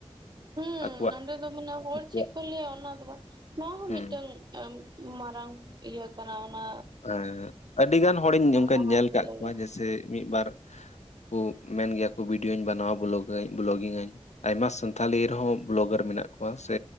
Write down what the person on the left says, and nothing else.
ᱟᱠᱚᱣᱟᱜ
ᱟᱠᱚᱣᱟᱜ
ᱦᱩᱸ
ᱮᱸ ᱟᱹᱰᱤ ᱜᱟᱱ ᱦᱚᱲᱤᱧ ᱚᱱᱠᱟᱧ
ᱧᱮᱞ ᱟᱠᱟᱫ
ᱠᱚᱣᱟ ᱡᱮᱭᱥᱮ ᱢᱤᱫ ᱵᱟᱨᱼᱼ ᱠᱩ ᱢᱮᱱ ᱜᱮᱭᱟ ᱠᱚ ᱵᱷᱤᱰᱭᱳᱧ ᱵᱮᱱᱟᱣᱟ ᱵᱞᱚᱠ ᱟᱹᱧ ᱠᱞᱚᱜᱤᱝᱟᱹᱧ ᱟᱭᱢᱟ ᱥᱟᱱᱛᱷᱟᱞᱤ ᱨᱮ ᱦᱚᱸ ᱵᱞᱚᱜᱟᱨ ᱢᱮᱱᱟᱜ ᱠᱚᱣᱟ ᱥᱮᱼᱼ